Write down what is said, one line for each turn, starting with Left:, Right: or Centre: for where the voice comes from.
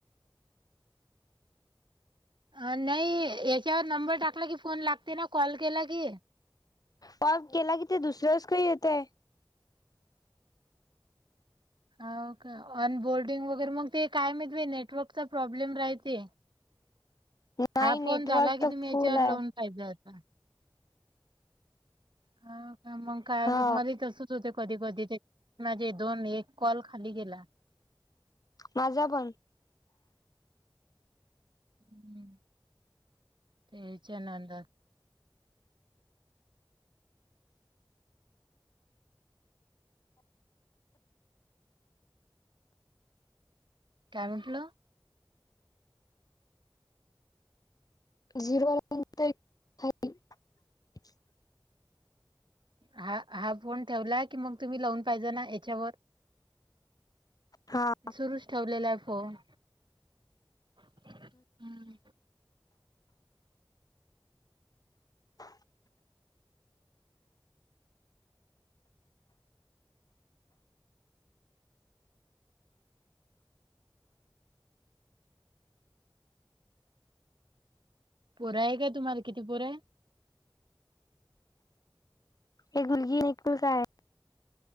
Right: अ नाही याच्यावर नंबर टाकला की फोन लागते ना कॉल केला की.
Left: कॉल केला की ते दुसरच काही येतय?
Right: ह का अन बोर्डिंग वगैरे मग ते काय म्हणते नेटवर्कचा प्रॉब्लेम राहते.
Left: नाही
Right: हा
Left: नेटवर्क
Right: फोन झाला की
Left: तर
Right: तुम्ही
Left: फुल
Right: याच्यावर
Left: आहे.
Right: लावून पाहिजे होता ह का मग काय
Left: हा
Right: मला तसच होते. कधी कधी माझे दोन एक कॉल खाली गेला.
Left: माझा पण
Right: हम्मम् याच्या नादात काय म्हटलं?
Left: <unintelligible>
Right: हा हा फोन ठेवलाय की मग तुम्ही लावून पाहिजे ना याच्यावर
Left: हा
Right: सुरुच ठेवलेला आहे फोन. हम्म.
Left: <inaudible>
Right: पोरं आहे काय तुम्हाला किती पोरं आहे?
Left: ही मुलगी एकटीच आहे.